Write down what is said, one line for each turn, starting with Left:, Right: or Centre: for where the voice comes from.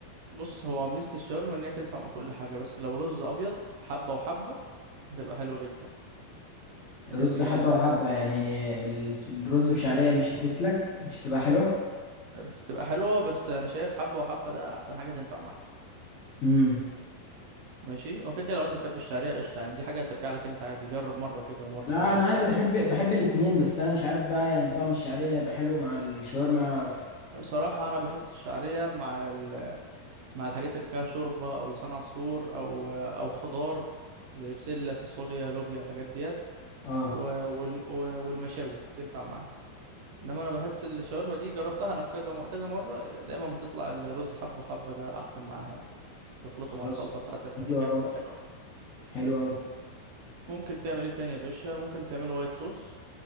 Right: بص هو ميزه الشاورما ان هي تنفع مع كل حاجه بس لو رز ابيض حبه وحبه هتبقى حلوه جدا
Left: رز
Right: ده دي
Left: حبة
Right: آه،
Left: ال- وحبة يعني ال- الرز بشعرية مش هتسلك مش هتبقى حلوة
Right: بتبقى حلوه بس انا شايف حبه وحبه ده احسن حاجه تنفع معاها
Left: امم
Right: ماشي اوكي كده لو انت بتحب الشعريه قشطه يعني دي حاجه ترجع لك انت عادي جرب مره كده ومره
Left: لا
Right: كده
Left: انا
Right: الشعريه
Left: عادي بحب بحب الاتنين بس انا مش عارف بقى يعني طعم الشعرية هيبقى حلو مع الشاورما في...
Right: صراحة أنا بحس الشعرية مع ال... مع الحاجات اللي فيها شوربة أو لسان عصفور أو أو خضار زي بسلة فاصوليا لوبيا الحاجات ديت
Left: اه
Right: و... والم... و- والمشاوي تنفع معاها إنما أنا بحس الشاورما دي جربتها أنا في كذا م... كذا مرة دايما بتطلع الرز حبة وحبة ده أحسن معاها يعني تخلطه
Left: خلاص
Right: مع الخلطة بتاعة البانيه
Left: حلو
Right: كده
Left: أوي
Right: بتبقى حلوة أوي
Left: حلو أوي
Right: ممكن تعمل إيه تاني يا باشا ممكن تعمل وايت صوص